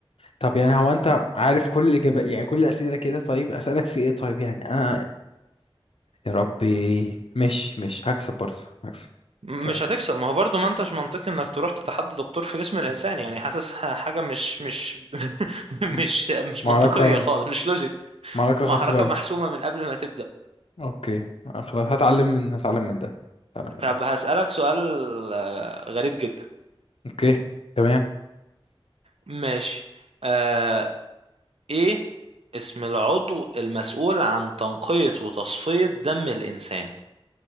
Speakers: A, on the left (about 75°); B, on the right (about 85°).
A: طب يعني هو أنت عارف كل الإجابات يعني كل الأسئلة كده طيب أسألك في إيه طيب يعني أنا يا ربي مش مش هكسب برضه هكسب
B: م-
A: اسأل
B: مش هتكسب ما هو برضو ما انتش منطقي انك تروح تتحدى دكتور في جسم الانسان يعني حاسس حاجة مش مش <laughs>
A: مم.
B: مش مش
A: معركة
B: منطقية خالص مش لوجيك
A: معركة
B: محركة
A: خسرانة
B: محسومة من قبل ما تبدأ
A: اوكي خلاص هتعلم من هتعلم من ده هتعلم
B: طب
A: من ده
B: هسألك سؤال آه، غريب جدا
A: اوكي تمام
B: ماشي آه ايه اسم العضو المسؤول عن تنقية وتصفية دم الانسان